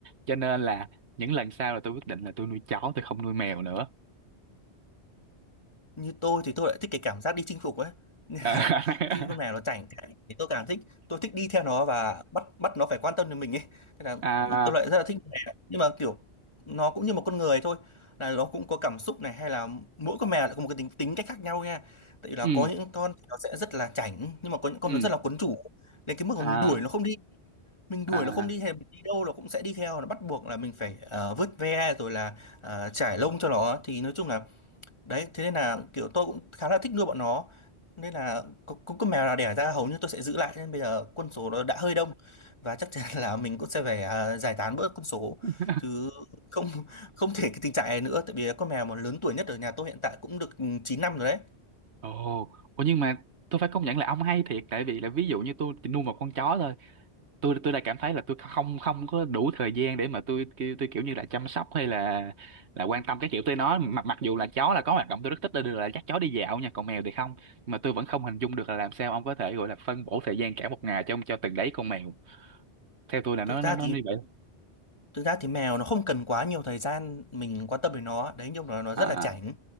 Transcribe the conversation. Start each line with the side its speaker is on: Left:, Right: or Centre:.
Right: cho nên là những lần sau là tôi quyết định là tôi nuôi chó tôi không nuôi mèo nữa
Left: như tôi thì tôi lại thích cái cảm giác đi chinh phục ấy <laughs> nên
Right: <laughs>
Left: là khi con mèo nó chảnh chảnh thì tôi càng thích tôi thích đi theo nó và bắt bắt nó phải quan tâm đến mình ấy thế là
Right: à,
Left: ừ, tôi lại rất là thích con mèo nhưng mà kiểu nó cũng như một con người thôi là nó cũng có cảm xúc này hay là mỗi con mèo lại có một cái tính tính cách khác nhau nha tại vì là
Right: ừ
Left: có những con thì nó sẽ rất là chảnh nhưng mà có những con
Right: ừ
Left: nó rất là quấn chủ đến cái mức mà
Right: à
Left: mình đuổi nó không đi mình đuổi
Right: à
Left: nó không đi hay là mình đi đâu nó cũng sẽ đi theo nó bắt buộc là mình phải ờ, vớt ve rồi là ờ, chải lông cho nó thì nói chung là đấy thế nên là kiểu tôi cũng khá là thích nuôi bọn nó nên là có, có con mèo nào đẻ ra hầu như tôi sẽ giữ lại nên bây giờ quân số nó đã hơi đông và chắc chắn là mình cũng sẽ phải à, giải tán bớt quân số
Right: <laughs>
Left: chứ không không thể cái tình trạng này nữa tại vì con mèo mà lớn tuổi nhất ở nhà tôi hiện tại cũng được ừ, 9 năm rồi đấy
Right: Ồ, ồ nhưng mà tôi phải công nhận là ông hay thiệt tại vì là ví dụ như tôi chỉ nuôi một con chó thôi tôi tôi đã cảm thấy là tôi không không có đủ thời gian để mà tôi kêu tôi kiểu như là chăm sóc hay là là quan tâm cái kiểu tới nó mặc mặc dù là chó là có hoạt động tôi rất thích là là dắt chó đi dạo nha còn mèo thì không mà tôi vẫn không hình dung được là làm sao ông có thể gọi là phân bổ thời gian cả một ngày cho cho từng đấy con mèo theo tôi là nó
Left: thực ra
Right: nó nó
Left: thì
Right: như vậy
Left: thực ra thì mèo nó không cần quá nhiều thời gian mình quan tâm đến nó đấy nhưng mà nó
Right: à
Left: rất là chảnh
Right: à.